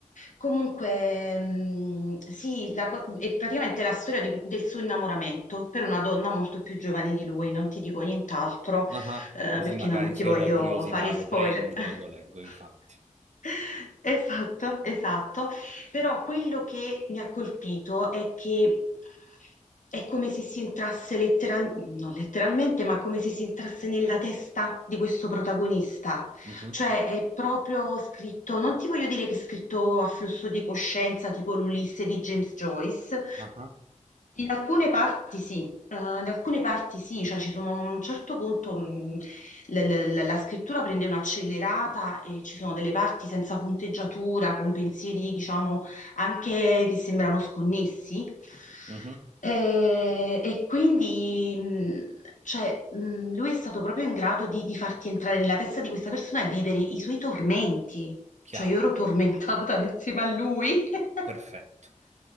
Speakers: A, on the left; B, on the right.
A: Comunque, mh, sì, la co- è praticamente la storia di- del suo innamoramento per una donna molto più giovane di lui, non ti dico nient'altro,
B: Ah,
A: eh,
B: Così
A: perché
B: magari
A: non ti
B: se
A: voglio
B: ho la curiosità
A: fare
B: lo
A: spoiler.
B: prendo
A: <laughs>
B: e lo leggo, infatti.
A: <laughs> Esatto, esatto. Però quello che mi ha colpito è che è come se si entrasse letteral- non letteralmente, ma come se si entrasse nella testa di questo protagonista.
B: Mhm,
A: Cioè è proprio scritto, non ti voglio dire che è scritto a flusso di coscienza, tipo l'Ulisse di James Joyce,
B: ah,
A: in alcune parti sì, eh, in alcune parti sì, cioè ci sono a un certo punto mh, la, la- la- la scrittura prende un'accelerata e ci sono delle parti senza punteggiatura, con pensieri diciamo anche che sembrano sconnessi.
B: mhm.
A: E, e quindi mh, cioè, mh, lui è stato proprio in grado di, di farti entrare nella testa di questa persona e vivere i suoi tormenti.
B: Chiaro,
A: Cioè io ero tormentata <laughs> insieme a lui. <laughs>
B: perfetto.